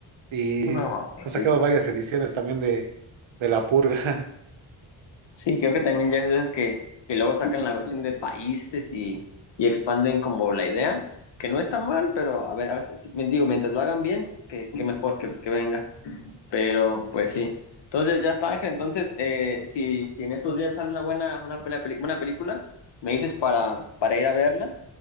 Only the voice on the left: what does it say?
No,
pues
sí.
Sí, creo que también ya es de esas que, que luego sacan la versión de países y, y expanden como la idea, que no está mal, pero a ver, a ver, si- digo, mientras lo hagan bien, que, que mejor que, que venga. Pero, pues sí. Entonces, ya está, Ángel. Entonces, eh, si, si en estos días sale una buena, una buena, peli- buena película, me dices para, para ir a verla